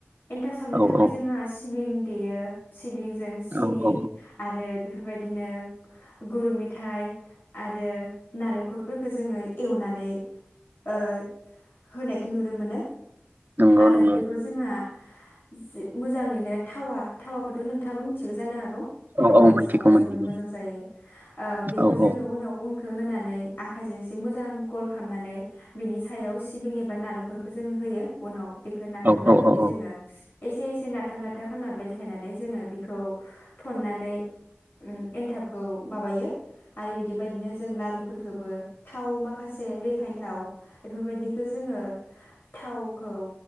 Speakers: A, on the left; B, on the right.
A: एन्टाब सावनो
B: औ
A: थाखाय
B: औ
A: जोङो आसि सिबिं देयो सिबिं जों सिनि
B: औ औ
A: आरो बेफोरबायदिनो गुर मेथाइ आरो नालेंखरफोरखौ जोङो एवनानै ओ होनायखौ नुनो मोनो।
B: नंगौ
A: आरो
B: नंगौ
A: बेखौ जोङो जि मोजाङैनो थावा थावाखौथ' नोंथाङाबो मिथिगौ जानो हागौ थावायाव
B: औ औ मिथिगौ
A: सावबा
B: मिथिगौ
A: जोबोद मोजां जायो ओ बेखौ
B: औ
A: जोङो
B: औ
A: उनाव उन होनानै आखाइजों इसे मोजां गल खामनानै बिनि सायाव सिबिं बा नालेंखरखौ जों होयो। उनाव बेखौ नाथाब
B: औ
A: नाथाबै
B: औ औ
A: जोङो एसे एसे नाथाब नाथाब खालामना बेलथायनानै जोङो बेखौ थन्नानै उम एनथाबखौ माबायो आरो बिदि बायदिनो जों लारुफोरखौबो थाव माखासे रिफाइन थाव बेफोरबायदिखौ जोङो थावखौ